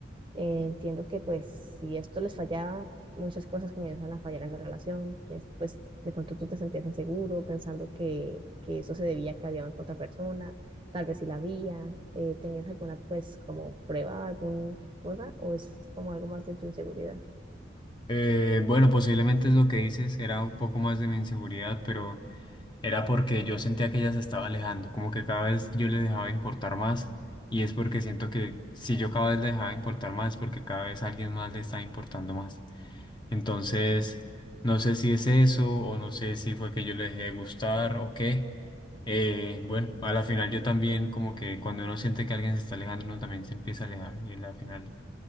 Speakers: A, on the right (about 25°); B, on the left (about 25°).
A: Eh, entiendo que pues si esto les fallaba, muchas cosas comienzan a fallar en la relación, quién pues de pronto tú te sentías inseguro pensando que, que eso se debía a que había otra persona, tal vez si la había, eh, ¿tenías alguna pues como prueba, alguna cosa o es como algo más de tu inseguridad?
B: Eh, bueno, posiblemente es lo que dices, era un poco más de mi inseguridad, pero era porque yo sentía que ella se estaba alejando, como que cada vez yo le dejaba importar más, y es porque siento que si yo cada vez le dejaba importar más, es porque cada vez alguien más le está importando más. Entonces, no sé si es eso o no sé si fue que yo le dejé de gustar o qué. Eh, bueno, a la final yo también como que cuando uno siente que alguien se está alejando, uno también se empieza a alejar y a la final